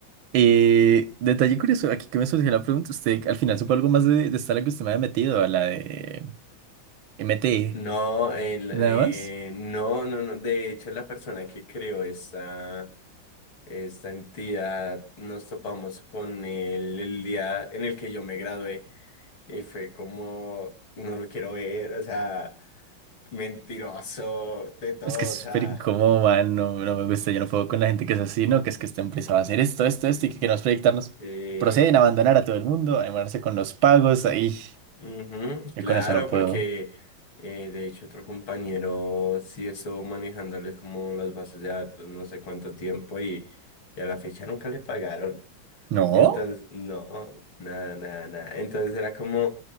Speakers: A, on the right; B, on the left.
A: Eh, detalle curioso, aquí que me surgió la pregunta, ¿usted al final supo algo más de, de esta a la que usted me había metido, a la de MT,
B: No, el,
A: nada
B: eh,
A: más?
B: no, no, no. De hecho, la persona que creó esta Esta entidad nos topamos con él el día en el que yo me gradué y fue como, no lo quiero ver, o sea, mentiroso, de todo,
A: Es que es
B: o
A: súper
B: sea,
A: incómodo, man, no, no me gusta, yo no puedo con la gente que es así, ¿no? Que es que esta empresa va a hacer esto, esto, esto y que queremos proyectarnos.
B: sí.
A: Proceden a abandonar a todo el mundo, a demorarse con los pagos, ahí.
B: Ujú,
A: Yo
B: claro,
A: con eso no puedo.
B: porque eh, de hecho otro compañero sí estuvo manejándoles como las bases de datos no sé cuánto tiempo y, y a la fecha nunca le pagaron.
A: ¿No?
B: Entonces, no, nada, nada, nada. Entonces era como,